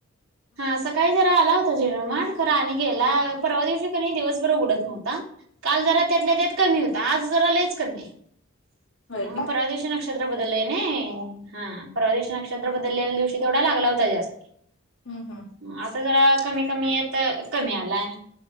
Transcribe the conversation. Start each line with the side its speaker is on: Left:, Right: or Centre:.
Right: हा सकाळी जरा आला होत झिरमाट खर आणि गेलं, परवा दिवशी की नाही दिवसभर उगडत नव्हता काल जरा त्यातल्या त्यात कमी होता आज जरा लयच् कमीये
Left: होय का
Right: परवा दिवशी नक्षत्र बदलंय नाही हा परवा दिवशी नक्षत्र
Left: हा
Right: बदललेल्या दिवशी तेवढा लागला होता जास्त
Left: हम्म हम्म
Right: मग आता जरा कमी कमी येतं कमी आलाय